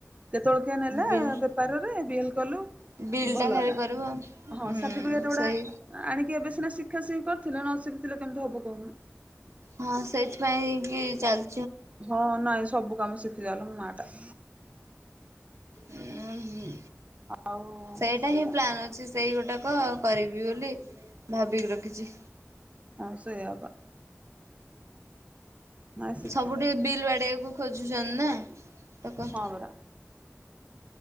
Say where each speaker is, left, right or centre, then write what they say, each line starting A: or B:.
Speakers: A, on the right; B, on the right.
A: କେତେବେଳ କିମ ନେଲା
B: ବିଲ୍
A: ବେପାରରେ ବିଲ କଲୁ
B: ବିଲ୍
A: ଭଲ
B: ଟା ଖାଲି
A: ହେଲା,
B: କରିବ ହୁଁ
A: ହଁ ସାର୍ଟିଫିକେଟଗୁଡା
B: ସେଇ
A: ଆଣିକି ଏବେ ସିନା ଶିଖା ଶିଖି କରିଥିଲେ ନ ଶିଖିଥିଲେ କେମିତି ହବ କହୁନୁ?
B: ହଁ ସେଇଥିପାଇଁ କି ଚାଲ
A: ହଁ ନାଇଁ ସବୁ କାମ ଶିଖି ଜାଲୋ ମୋ ମା ଟା।
B: ଉଁହୁଁ
A: ଆଉ
B: ସେଇଟା
A: ଏଇଆ
B: ହିଁ ପ୍ଲାନ୍
A: କଥା।
B: ଅଛି। ସେ ସେଇଗୋଟାକ କରିବି ବୋଲି ଭାବିକି ରଖିଛି।
A: ଆଉ ସେଇଆବା। ନାଇଁ ଶିଖିଥା
B: ସବୁ ଟିକେ ବିଲ୍ ବାଡେଇବାକୁ ଖୋଜୁଛନ୍ତି ନା, ତୋକ
A: ହଁ ପରା